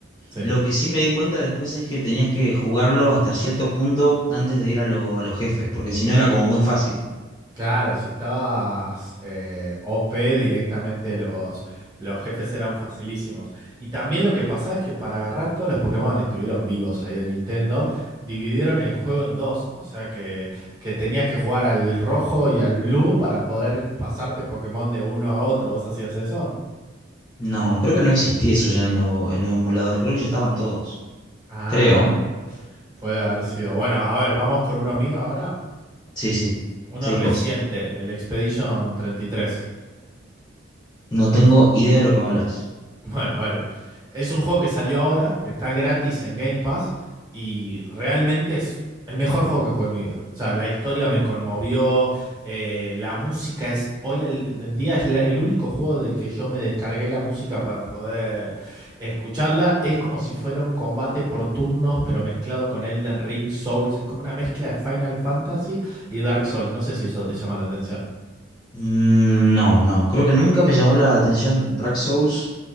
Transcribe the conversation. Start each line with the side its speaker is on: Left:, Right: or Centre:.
Right: Sí.
Left: Lo que sí me di cuenta después es que tenías que jugarlo hasta cierto punto antes de ir a, lo- a los jefes, porque si no era como muy fácil.
Right: Claro, si estabas eh, OP directamente los, los jefes eran facilísimos. Y también lo que pasaba es que para agarrar todos los Pokémon estuvieron vivos ahí de Nintendo, dividieron el juego en dos. O sea que, que tenías que jugar al rojo y al blue para poder pasarte Pokémon de uno a otro. ¿Vos hacías eso?
Left: No, creo que no existía eso ya en, lo- en los emuladores. Creo que ya estaban todos.
Right: Ah,
Left: Creo.
Right: puede haber sido. Bueno, a ver, vamos con uno mío ahora.
Left: Sí, sí.
Right: Uno
Left: Seguís
Right: reciente,
Left: vos.
Right: el Expedition 33.
Left: No tengo idea de lo que me hablas.
Right: Bueno, a ver, es un juego que salió ahora, que está gratis en Game Pass y realmente es el mejor juego que jugué en mi vida. O sea, la historia me conmovió, eh, la música es, hoy al- en día es la- el único juego del que yo me descargué la música para poder escucharla. Es como si fuera un combate por turnos, pero mezclado con Elden Ring, Souls. Es como una mezcla de Final Fantasy y Dark Souls. No sé si eso te llama la atención.
Left: Mm, No, no, creo que nunca me llamó la atención Dark Souls,